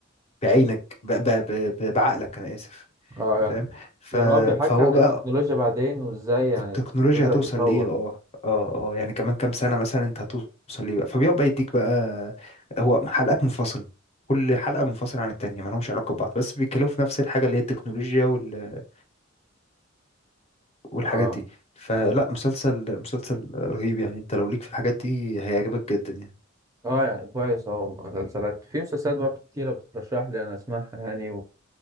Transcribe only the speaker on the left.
بعينك ب- ب- ب- بعقلك انا اسف
فاهم ف...
فهو
بقى
التكنولوجيا
هتوصل
لايه اه اه اه يعني كمان كام سنه مثلا انت هتوصل ليه بقى فبيقعد بقى يديك بقى هو حلقات منفصله كل حلقه منفصله عن التانيه ما لهمش علاقه ببعض بس بيتكلموا في نفس الحاجه اللي هي التكنولوجيا وال... والحاجات
دي فلا مسلسل مسلسل رهيب يعني انت لو ليك في الحاجات دي هيعجبك جدا يعني